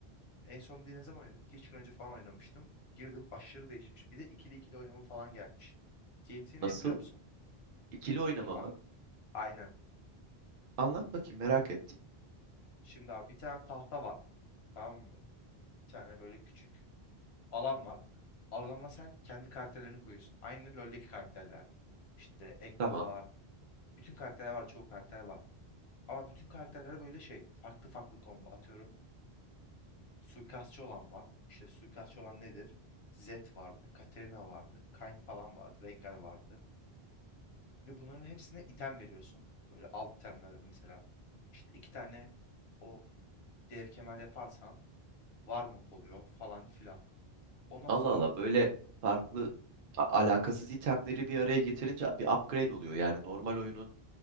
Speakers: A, on the left; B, on the right.
A: En son bir ne zaman oynadım? 2-3 gün önce falan oynamıştım. Girdim aşırı değişmiş. Bir de ikili ikili oynama falan gelmiş. TXT
B: Nasıl?
A: ne biliyor musun?
B: İkili oynamamı
A: Dur an aynen.
B: anlat bakayım merak ettim.
A: Şimdi abi bir tane tahta var. Tamam mı? Bir tane böyle küçük alan var. Alana sen kendi karakterlerini koyuyorsun. Aynı LoL'deki karakterler. İşte Ekko
B: Tamam.
A: var. Bütün karakterler var. Çoğu karakter var. Ama bütün karakterlere böyle şey. Farklı farklı combo atıyorum. Suikastçı olan var. İşte suikastçı olan nedir? Zed vardı. Katarina vardı. Kayn falan vardı. Rengar vardı. Ve bunların hepsine item veriyorsun. Böyle alt itemler mesela. İşte iki tane o dev kemer yaparsan var mı oluyor falan filan. Ondan
B: Allah
A: sonra
B: Allah böyle farklı a- alakasız itemleri bir araya getirince bir upgrade oluyor. Yani normal oyunun